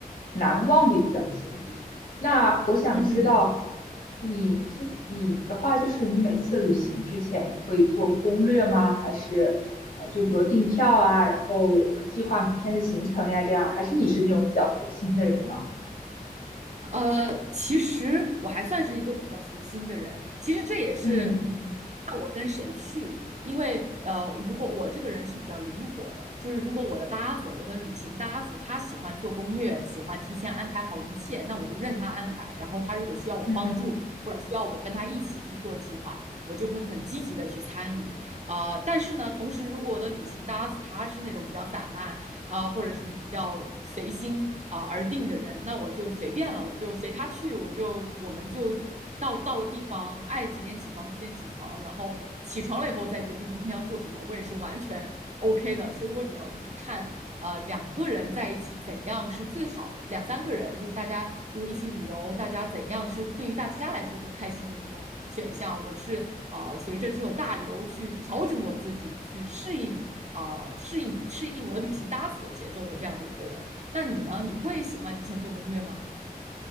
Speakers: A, on the left; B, on the right.
A: 难忘的一段经历。那我想知道
B: 嗯。
A: 你是你的话，就是你每次旅行之前你会做攻略吗？还是呃，就比如订票啊，然后计划每天的行程呀，这样？还是你是那种比较随心的人呢？
B: 呃，其实我还算是一个比较随心的人。其实这也是，
A: 嗯
B: 嗯，看我跟谁去。因为，呃，如果我这个人是比较灵活的，就是如果我的搭子，我的旅行搭子，他喜欢做攻略，喜欢提前安排好一切，那我就任他安排。然后他如果需要我帮助，
A: 嗯。
B: 或者需要我跟他一起去做计划，我就会很积极的去参与。呃，但是呢，同时如果我的旅行搭子他是那种比较散漫，啊、呃或者是比较随心啊、呃而定的人，那我就随便了，我就随他去，我就我们就到到了地方，爱几点起床几点起床，然后起床了以后再决定今天要做什么，我也是完全 OK 的。所以我主要就是看呃两个个人在一起怎样是最好的，两三个人就是大家如果一起旅游，大家怎样是对于大家来说都开心的一种选项。我是呃随着这种大流去调整我自己，去适应呃适应适应我的旅行搭子的节奏的这样的一个人。那你呢？你会喜欢提前做攻略吗？